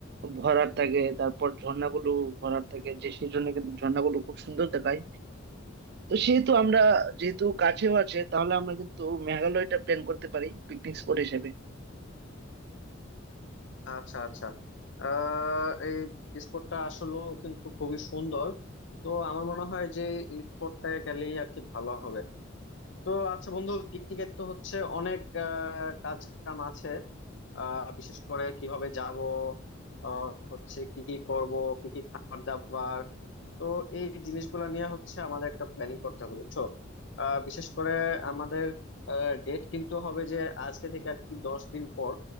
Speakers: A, on the right; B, on the left.
A: ভরাট থাকে তারপর ঝর্ণাগুলো ভরাট থাকে যে সেই জন্য কিন্তু ঝর্ণাগুলো খুব সুন্দর দেখায় তো সেহেতু আমরা যেহেতু কাছেও আছে তাহলে আমরা কিন্তু মেঘালয়টা প্ল্যান করতে পারি পিকনিক স্পট হিসেবে
B: আচ্ছা আচ্ছা আহ এই স্পোর্টটা আসলে কিন্তু খুবই সুন্দর তো আমার মনে হয় যে এই স্পোর্টটা গেলেই আর কি ভালো হবে তো আচ্ছা বন্ধু পিকনিকের তো হচ্ছে অনেক আহ, কাজ কাম আছে আহ, বিশেষ করে কিভাবে যাব আহ, হচ্ছে কি কি করব কি কি খাবার দাবার তো এই জিনিসগুলো নিয়ে হচ্ছে আমাদের একটা প্ল্যানিং করতে হবে বুঝছো আহ, বিশেষ করে আমাদের ডেট কিন্তু হবে যে আজকে থেকে আর কি দশ দিন পর